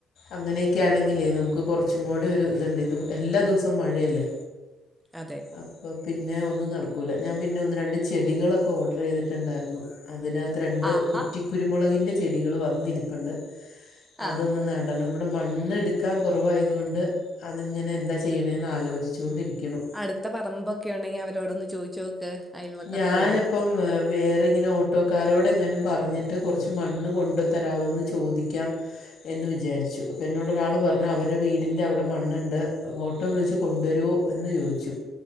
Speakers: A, on the left; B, in the centre.
A: അങ്ങനെയൊക്കെ ആണെങ്കിലേ നമുക്ക് കുറച്ചും കൂടെ ഒരു ഇതുണ്ട് ഇത് എല്ലാ ദിവസവും മഴയല്ലേ
B: അതെ
A: അപ്പൊ പിന്നെ ഒന്നും നടക്കൂല്ല ഞാൻ പിന്നെ ഒന്ന് രണ്ട് ചെടികളൊക്കെ ഓർഡർ ചെയ്തിട്ടുണ്ടായിരുന്നു അതിനകത്ത് രണ്ട്
B: ആഹാ
A: കുറ്റികു രുമുളകിൻ്റെ ചെടികള് വന്നിരിപ്പുണ്ട്
B: ആ
A: അതൊന്ന് നട ണം ഇവിടെ മണ്ണെടുക്കാൻ കുറവായതുകൊണ്ട് അതിങ്ങനെ എന്താ ചെയ്യണെന്ന് ആലോചിച്ചു കൊണ്ടിരിക്കണു
B: അടുത്ത പറമ്പൊക്കെ ഉണ്ടെങ്കി അവരോടൊന്ന് ചോദിച്ച് നോക്ക് അയൽവക്കത്തുള്ളേ
A: ഞാൻ അപ്പം വേറെ ഇങ്ങനെ ഓട്ടോക്കാരോട് എങ്ങാനും പറഞ്ഞിട്ട് കുറച്ച് മണ്ണ് കൊണ്ടു തരാവോന്ന് ചോദിക്കാം എന്ന് വിചാരിച്ചു അപ്പോ എന്നോട് ഒരാള് പറഞ്ഞ്
B: ആ
A: അവരെ വീ ടിന്റെ അവ്ടെ മണ്ണ്ണ്ട് ഓട്ടോ വിളിച്ച് കൊണ്ടുവരോ എന്ന് ചോദിച്ചു